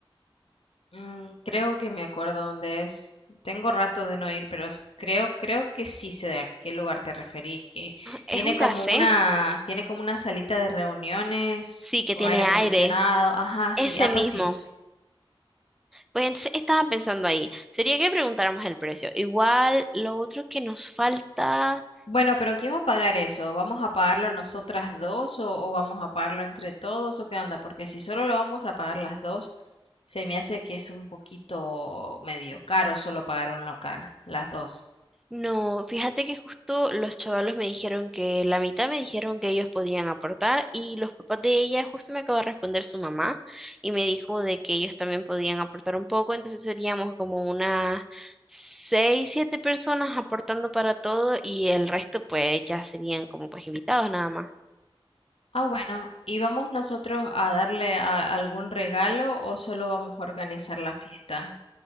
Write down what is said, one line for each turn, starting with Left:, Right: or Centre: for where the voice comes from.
Left: Mm, creo que me acuerdo dónde es. Tengo rato de no ir, pero s- creo, creo que sí sé a qué lugar te referís. Que
Centre: Es
Left: tiene
Centre: un
Left: como
Centre: café,
Left: una, tiene como una salita de reuniones
Centre: sí, que
Left: con
Centre: tiene
Left: aire acondicionado.
Centre: aire,
Left: Ajá, sí.
Centre: ese
Left: Ah, pues
Centre: mismo.
Left: sí.
Centre: Pues entonces estaba pensando ahí, sería que preguntáramos el precio. Igual, lo otro que nos falta,
Left: Bueno, pero ¿quién va a pagar eso? ¿Vamos a pagarlo nosotras dos o, o vamos a pagarlo entre todos o qué onda? Porque si solo lo vamos a pagar las dos, se me hace que es un poquito medio caro solo pagar un local, las dos.
Centre: No, fíjate que justo los chavalos me dijeron que la mitad me dijeron que ellos podían aportar y los papás de ella, justo me acaba de responder su mamá y me dijo de que ellos también podían aportar un poco, entonces seríamos como unas seis, siete personas aportando para todo y el resto pues ya serían como pues invitados nada más.
Left: Ah, bueno, ¿y vamos nosotros a darle a- algún regalo o solo vamos a organizar la fiesta?